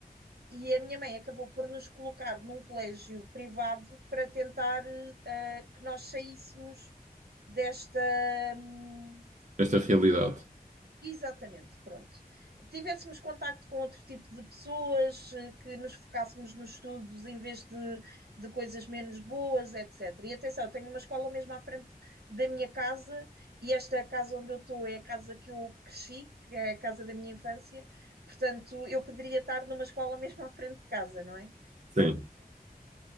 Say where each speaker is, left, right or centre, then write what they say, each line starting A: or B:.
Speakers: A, on the right (about 85°); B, on the right (about 50°).
A: E a minha mãe acabou por nos colocar num colégio privado para tentar eh, que nós saíssemos desta, hum,
B: Esta realidade.
A: Exatamente, pronto. Tivéssemos contacto com outro tipo de pessoas, eh, que nos focássemos nos estudos em vez de, de coisas menos boas, etc. E atenção, eu tenho uma escola mesmo à frente da minha casa, e esta casa onde eu estou é a casa que eu cresci, que é a casa da minha infância, portanto, eu poderia estar numa escola <laughs> mesmo à frente de casa, não é?
B: Sim.